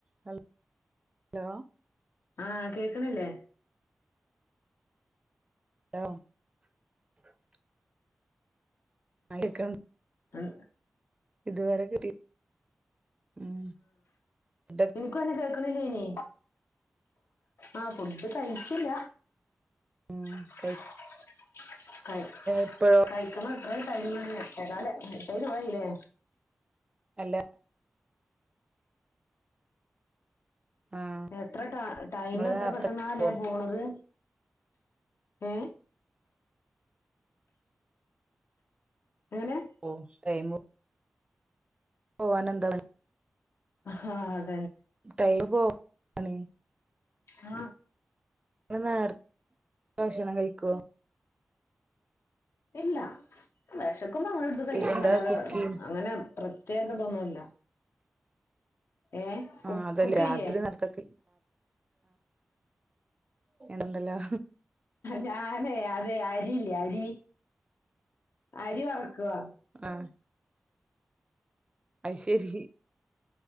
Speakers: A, on the right; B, on the left.
A: Hello hello
B: ആഹ കേക്കിണില്ലേ?
A: <unintelligible> ആയിക്കം
B: ഉം
A: ഇതുവരെ കിട്ടി ഉം ഫുഡ്
B: ഇനക്കുക്ക്ന്നെ കേൾക്കണില്ലേനി ആ പ് അത് കഴിച്ചില്ല
A: ഉം
B: <inaudible>
A: കഴിച്ച്
B: ക
A: ഇപ്പഴോ
B: കഴിക്കണ എത്ര ടൈമ് എട്ടേക്കാല എട്ട് ഇരുപത് ആയില്ലേ
A: അല്ല ആഹ്
B: എത്ര ടൈം
A: ഇങ്ങള്
B: എത്ര
A: നേർത്തെ
B: പെട്ടെന്നാ അല്ലേ
A: പോവോ
B: പോണത് ഏ എങ്ങനെ
A: ഓ ടൈമ് ഓ ആയിന് എന്താവന്
B: ആ അ
A: ടൈമ് പോവാണ്
B: ആ
A: നിങ്ങള് നേരത്തെ ഭക്ഷണം കഴിക്കുവൊ
B: ഇല്ല വിശക്കുമ്പോ അങ്ങട് എടുത്ത് കഴിക്കും
A: എന്താ
B: അല്ലാതെ
A: കുക്കിങ്
B: അങ്ങനെ പ്ര തേകതൊന്നുമല്ല ഏ കു
A: ആഹ് അതല്ലേ
B: കുക്കയ്യാ
A: രാത്രി നേർത്തൊക്കെ നണ്ടല്ലോ
B: ഞാനേ അതെ അരിയില്ലേ അരി അരി വറക്കുവോ
A: ആഹ് അത് ശരി